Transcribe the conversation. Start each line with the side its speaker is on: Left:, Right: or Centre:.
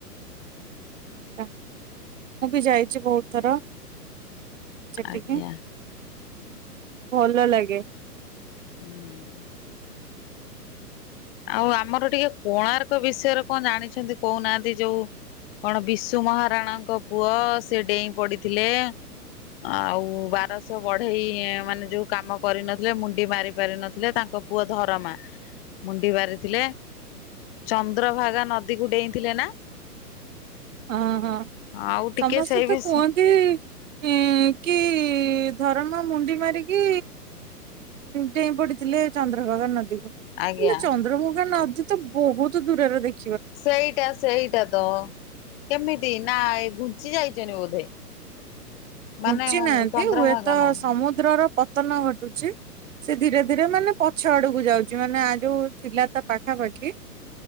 Right: ମୁଁ ବି ଯାଇଛି ବହୁତ ଥର ସେଠିକି।
Left: ଆଜ୍ଞା।
Right: ଭଲ ଲାଗେ।
Left: ହୁଁଉଁ। ଆଉ ଆମର ଟିକେ କୋଣାର୍କ ବିଷୟରେ କଣ ଜାଣିଛନ୍ତି କହୁନାହାନ୍ତି ଯୋଉ କଣ ବିଶୁ ମହାରାଣାଙ୍କ ପୁଅ ସେ ଡେଇଁ ପଡିଥିଲେ। ଆଉ ବାରଶ ବଢେଇ ମାନେ ଯୋଉ କାମ କରିନଥିଲେ ମୁଣ୍ଡି ମାରି ପାରି ନଥିଲେ ତାଙ୍କ ପୁଅ ଧରମା। ମୁଣ୍ଡି ମାରିଥିଲେ। ଚନ୍ଦ୍ରଭାଗା ନଦୀକୁ ଡେଇଁଥିଲେ ନା? <inaudible>
Right: ହଁ ହଁ
Left: ଟିକେ
Right: ସମସ୍ତେ
Left: ସେଇ
Right: ତ
Left: ବିଷ
Right: କୁହନ୍ତି କି ଧରମା ମୁଣ୍ଡି ମାରି କି ଡେଇଁ ପଡିଥିଲେ ଚନ୍ଦ୍ରଭାଗା ନଦୀକୁ।
Left: ଆଜ୍ଞା
Right: ହେଲେ ଚନ୍ଦ୍ରଭଗା ନଦୀ ତ ବହୁତ ଦୂରରେ ଦେଖି
Left: ସେଇଟା ସେଇଟା ତ କେମିତି ନା ଏ ଘୁଞ୍ଚି ଯାଇଛନି ବୋଧେ? ମାନେ
Right: ଘୁଞ୍ଚି ନାହାନ୍ତି
Left: ଚନ୍ଦ୍ରଭାଗା
Right: ହୁଏତ
Left: ନଦୀ
Right: ସମୁଦ୍ରର ପତନ ଘଟୁଚି। ସେ ଧୀରେ ଧୀରେ ମାନେ ପଛ ଆଡକୁ ଯାଉଚି ମାନେ ଆ ଯୋଉ ଥିଲା ତା ପାଖାପାଖି।